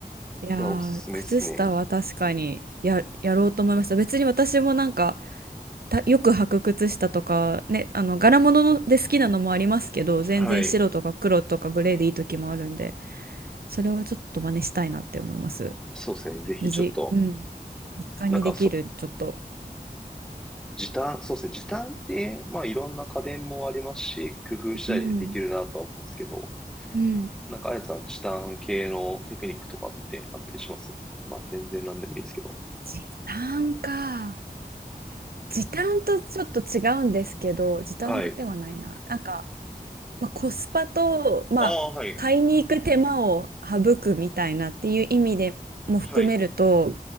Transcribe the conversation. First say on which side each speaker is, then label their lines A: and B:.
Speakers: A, in the centre; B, on the right.
A: いや、
B: いやー、
A: おすすめですね。
B: 靴下は確かにや、やろうと思いました。別に私もなんか、たよく履く靴下とかね、あの柄物ので好きなのもありますけど、全然白とか黒とかグレーでいい時もあるんで、
A: はい。
B: それはちょっと真似したいなって思います。
A: そうですね。ぜひちょっと、
B: 水、うん。身近にできる、
A: なんかそう、
B: ちょっと。
A: 時短、そうですね。時短って、まあいろんな家電もありますし、工夫したりでできるなとは思うんですけど、
B: うん。うん。
A: なんかあやさん、時短系のテクニックとかってあったりしますまあ全然なんでもいいですけど。
B: 時短か。時短とちょっと違うんですけど、時短ではないな。
A: はい。
B: なんか、まあ、コスパと、まあ、
A: ああ、はい。
B: 買いに行く手間を省くみたいなっていう意味でも含めると、
A: はい。